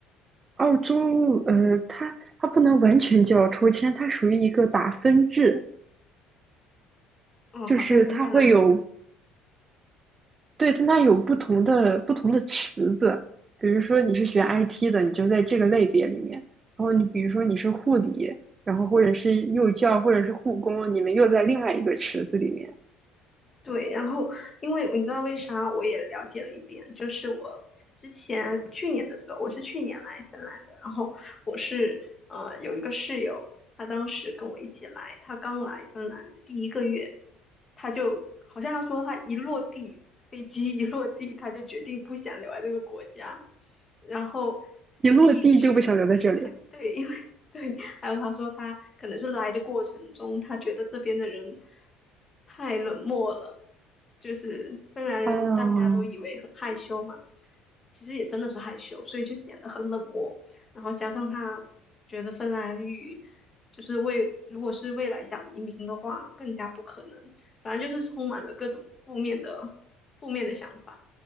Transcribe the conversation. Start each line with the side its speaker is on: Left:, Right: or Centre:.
Right: 澳洲，呃，它它不能完全叫抽签，它属于一个打分制，
Left: 哦，
Right: 就是它会有
Left: 好像跟加拿大。
Right: 对，但它有不同的不同的池子，比如说你是学 IT 的，你就在这个类别里面；然后你比如说你是护理，然后或者是幼教，或者是护工，你们又在另外一个池子里面，
Left: 对，然后因为你知道为啥我也了解了一点，就是我之前去年的时候，我是去年来芬兰的，然后我是呃有一个室友，他当时跟我一起来，他刚来芬兰的第一个月，他就好像他说他一落地，飞机一落地，他就决定不想留在这个国家，然后在第一个学期，
Right: 一落地就不想留在这里。
Left: <laughs> 对，因为对，还有他说他可能是来的过程中，他觉得这边的人太冷漠了，就是芬兰人大家都以为很害羞嘛，
Right: 哦，
Left: 其实也真的是害羞，所以就显得很冷漠。然后加上他觉得芬兰语就是未，如果是未来想移民的话，更加不可能。反正就是充满了各种负面的负面的想法，